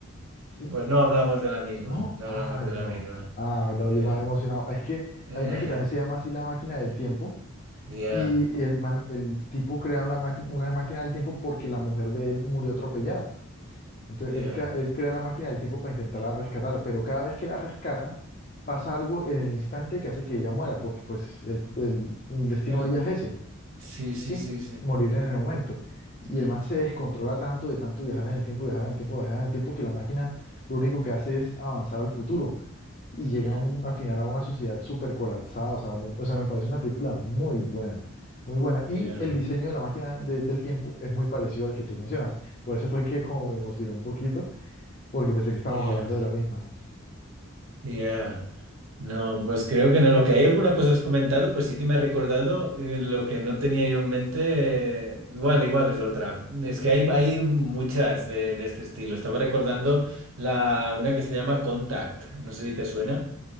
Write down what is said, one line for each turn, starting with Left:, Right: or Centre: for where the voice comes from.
Left: ¿sí?
Right: Pues no hablamos de la misma,
Left: No,
Right: no
Left: ay,
Right: hablamos de
Left: no,
Right: la misma.
Left: ah, no,
Right: Yeah.
Left: yo me había emocionado, es que
Right: <laughs>
Left: hay una que también se llama así la máquina del tiempo,
Right: Yeah,
Left: Y el, man- el tipo crea una máquina, una máquina del tiempo porque la mujer de él murió atropellada. Entonces
Right: yeah.
Left: él, ca- él crea la máquina del tiempo para intentarla rescatar, pero cada vez que la rescata pasa algo en el instante que hace que ella muera, porque pues el, fu- el- el destino
Right: El-
Left: de ella es ese,
Right: Sí, sí,
Left: ¿sí?
Right: sí, sí.
Left: Morir en el momento. Y
Right: Mm,
Left: el man se descontrola tanto de tanto viajar en el tiempo, viajar en el tiempo, viajar en el tiempo, que la máquina lo único que hace es avanzar al futuro y llega
Right: mm,
Left: a un- al final a una sociedad súper colapsada. O sea, me, o sea, me parece una película muy buena, muy buena.
Right: yeah,
Left: Y el diseño de la máquina de- del tiempo es muy parecido al que tú mencionas. Por eso fue que como me emocionó un poquito, porque pensé que estábamos
Right: yeah.
Left: hablando de la misma.
Right: Ya, No, pues creo que no. Lo que hay alguna cosa has comentado, pues sí que me ha recordado eh, lo que no tenía yo en mente. eh, igual, igual es otra. Es que hay, hay muchas de, de este estilo. Estaba recordando la, una que se llama Contact. No sé si te suena.